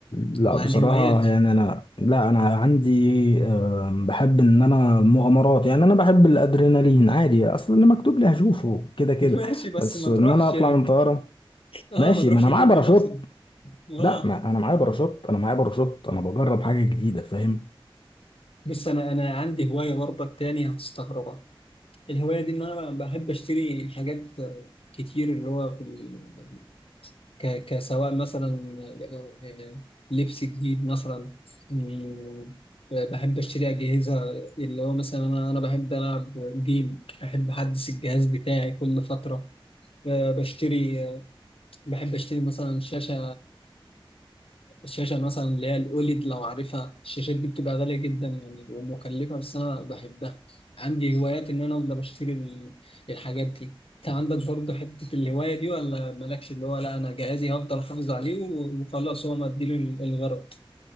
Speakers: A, on the left (about 65°); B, on the left (about 80°).
A: لا
B: او
A: بصراحة
B: عن هواياتي
A: يعني انا لا انا عندي آه، بحب ان انا مغامرات يعني انا بحب الادرينالين عادي اصلا اللي مكتوب لي هشوفه كده كده
B: <laughs> ماشي بس
A: بس
B: ما
A: ان
B: تروحش
A: انا اطلع من طيارة
B: اه
A: ماشي
B: ما تروحش
A: ما انا
B: ترمي
A: معايا باراشوت
B: نفسك اه
A: لا ما انا معايا باراشوت انا معايا باراشوت انا بجرب حاجة جديدة فاهم
B: بس انا انا عندي هوايه برضك تاني هتستغربها الهوايه دي ان انا بحب اشتري حاجات آه، كتير اللي هو في ال... ك... كسواء مثلا آه، آه، لبس جديد مثلا مم، آه، بحب اشتري اجهزه اللي هو مثلا انا انا بحب العب جيم بحب احدث الجهاز بتاعي كل فتره آه، بشتري آه، بحب اشتري مثلا شاشه الشاشة مثلا اللي هي الأوليد لو عارفها الشاشات دي بتبقى غالية جدا يعني ومكلفة بس أنا بحبها عندي هوايات إن أنا أفضل أشتري ال- الحاجات دي أنت عندك برضه حتة الهواية دي ولا مالكش اللي هو لا أنا جهازي هفضل أحافظ عليه وخلاص هو مديله ال- الغرض